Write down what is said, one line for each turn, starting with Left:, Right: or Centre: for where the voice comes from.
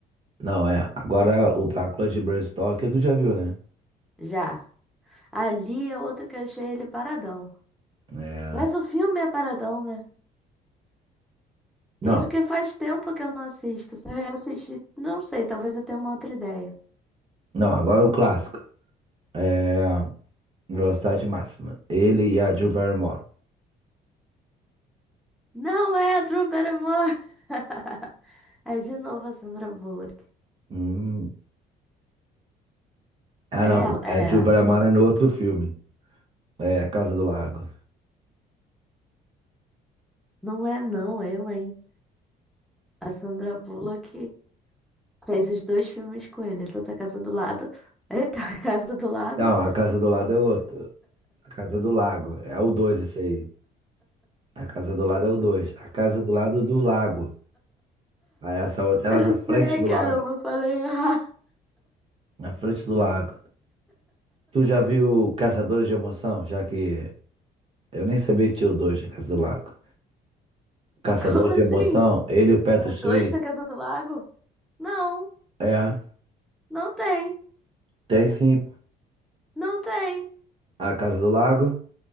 Right: Não, é. Agora o Drácula de Bram Stoker, tu já viu, né?
Centre: Já. Ali é outro que eu achei ele paradão.
Right: É.
Centre: Mas o filme é paradão, né?
Right: Não,
Centre: Isso que faz tempo que eu não assisto. Se eu reassistir, não sei, talvez eu tenha uma outra ideia.
Right: não, agora o clássico. É, velocidade máxima. Ele e a Drew Barrymore.
Centre: Não é a Drew Barrymore! <laughs> É de novo a Sandra Bullock.
Right: Hum. Ah,
Centre: É,
Right: não.
Centre: ela- é
Right: É, Drew
Centre: a
Right: Barrymore
Centre: Sandra.
Right: é no outro filme. É, A Casa do Lago.
Centre: Não é, não, eu, hein? A Sandra Bullock fez os dois filmes com ele, tanto a Casa do Lado. Eita, <laughs> a Casa do Lago.
Right: Não, A Casa do Lado é outro. A Casa do Lago. É o 2 esse aí. A Casa do Lado é o 2. A Casa do Lado do Lago. Aí essa outra era
Centre: Eu
Right: na frente
Centre: sei,
Right: do
Centre: caramba,
Right: lago.
Centre: eu falei, ah,
Right: Na frente do lago. Tu já viu Caçadores de Emoção? Já que eu nem sabia que tinha o 2 da Casa do Lago. Caçadores
Centre: <laughs> como
Right: de Emoção,
Centre: assim?
Right: ele e o Patrick
Centre: É dois
Right: Swayze.
Centre: da Casa do Lago? Não,
Right: É,
Centre: não tem,
Right: tem sim.
Centre: não tem.
Right: A Casa do Lago.